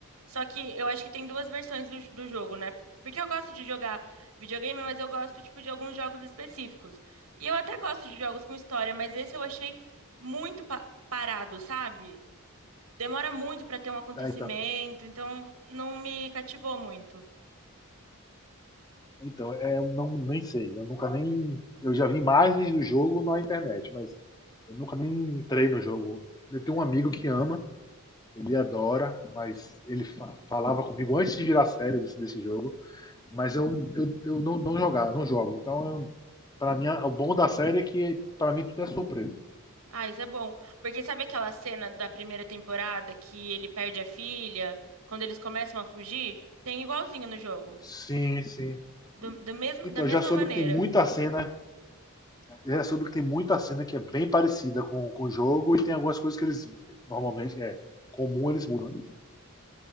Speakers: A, on the right; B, on the left.
A: Só que eu acho que tem duas versões do, do jogo, né? Porque eu gosto de jogar videogame, mas eu gosto, tipo, de alguns jogos específicos. E eu até gosto de jogos com história, mas esse eu achei muito pa- parado, sabe? demora muito para ter um acontecimento,
B: Tá, então,
A: então não me cativou muito.
B: Então, é, eu não, nem sei. Eu nunca nem. Eu já vi imagens do jogo na internet, mas eu nunca nem entrei no jogo. Eu tenho um amigo que ama, ele adora, mas ele fa- falava comigo antes de virar sério desse, desse jogo, mas eu, eu, eu não, não jogar, não jogo. Então, eu, pra mim, o bom da série é que pra mim tudo é surpresa.
A: Ah, isso é bom. Porque sabe aquela cena da primeira temporada que ele perde a filha, quando eles começam a fugir? Tem igualzinho no jogo.
B: Sim, sim.
A: Do, do mesmo,
B: Então,
A: da mesma
B: eu já soube
A: maneira.
B: que tem muita cena, eu já soube que tem muita cena que é bem parecida com, com o jogo e tem algumas coisas que eles normalmente é comum eles mudam.